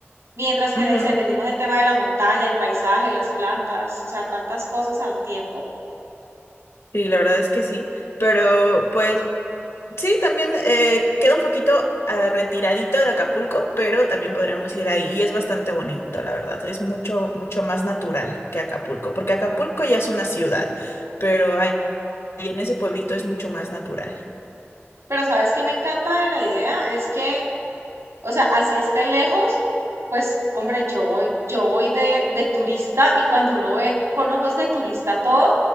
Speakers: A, on the right (about 85°); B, on the left (about 75°).
A: Mientras que
B: ujú.
A: en el senderismo es el tema de la montaña, el paisaje, las plantas, o sea, tantas cosas al tiempo.
B: Sí, la verdad es que sí. Pero pues sí, también eh, queda un poquito ah, retiradito de Acapulco, pero también podríamos ir ahí y es bastante bonito, la verdad. Es mucho, mucho más natural que Acapulco, porque Acapulco ya es una ciudad, pero ahí en ese pueblito es mucho más natural.
A: Pero sabes que me encanta de la idea es que, o sea, así esté lejos, pues hombre, yo voy, yo voy de, de turista y cuando uno ve con ojos de turista todo,